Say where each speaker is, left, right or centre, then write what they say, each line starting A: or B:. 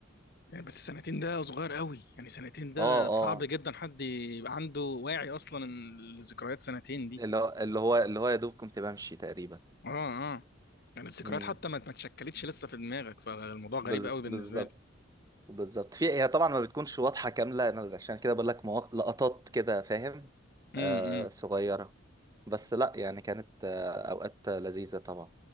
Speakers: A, on the left (about 50°); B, on the right (about 20°).
A: يعني بس سنتين ده صغير قوي يعني سنتين ده
B: اه
A: صعب
B: اه
A: جدا حد يبقى عنده واعي اصلا ان الذكريات سنتين دي
B: اللي هو اللي هو اللي هو يا دوب كنت بمشي تقريبا
A: اه اه يعني الذكريات
B: امم
A: حتى ما ما اتشكلتش لسه في دماغك فالموضوع غريب
B: بز...
A: قوي بالنسبه
B: بالظبط
A: لي
B: بالظبط في هي طبعا ما بتكونش واضحه كامله انا عشان كده بقول لك مواق... لقطات كده فاهم
A: امم
B: آه صغيره بس لا يعني كانت آه اوقات لذيذه طبعا